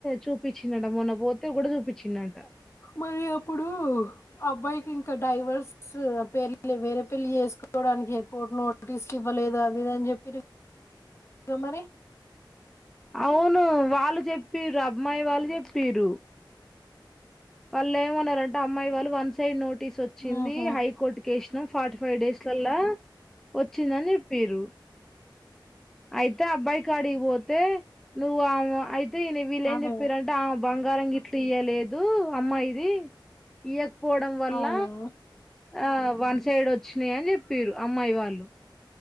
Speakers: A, in the centre; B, on the left.
A: చూపించినట మొన్న పోతే కూడా చూపించినంట
B: మరి అప్పుడు అబ్బాయికి ఇంకా డైవర్స్ పేర్లు వేరే పెళ్లి చేసుకోవడానికి కోర్టు నోటీసులు ఇవ్వలేదు అది ఇదని చెప్పి మరి
A: అవును వాళ్ళు చెప్పరు అమ్మాయి వాళ్ళు చెప్పరు వాళ్ళు ఏమన్నారంటే అమ్మాయి వాళ్ళు వన్ సైడ్ నోట్ నోటీస్ వచ్చింది
B: ఉహు
A: హైకోర్టు కేసు ఫార్టీ ఫైవ్ డేస్లలా వచ్చిందని చెప్పిర్రు అయితే అబ్బాయికి కడిగిపోతే నువ్వు అయి అ వీళ్ళ ఏం
B: అదే
A: చెప్పారంట ఆ బంగారంంగ అట్టిఇయ్యలేదు అమ్మా ఇది ఈయకు పోవడం వల్ల
B: అవును
A: ఆ వన్ సైడ్ వచ్చినా అని చెప్పారు అమ్మాయి వాళ్ళు